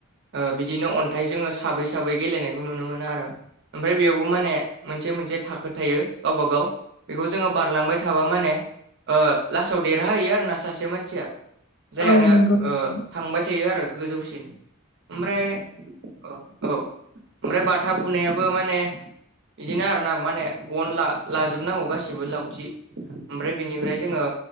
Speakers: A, on the right; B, on the left.
A: ओ बिदिनो अन्थाइ जोङो साबै साबै गेलेनायखौ नुनो मोनो आरो ओमफ्राय बेयावबो माने मोनसे मोनसे थाखो थायो गावबा गाव बेखौ जोङो बारलांबाय थाबा माने ओ लासाव देरहाहैयो आरोना सासे मानसिया जायानो
B: औ नंगौ नोंथां
A: ओ थांबाय थायो आरो गोजौसिन ओमफ्राय औ औ ओमफ्राय बाथा बुनायाबो माने बिदिनो आरो ना माने गनला लाजोबनांगौ गासिबो लावथि ओमफ्राय बिनिफ्राय जोङो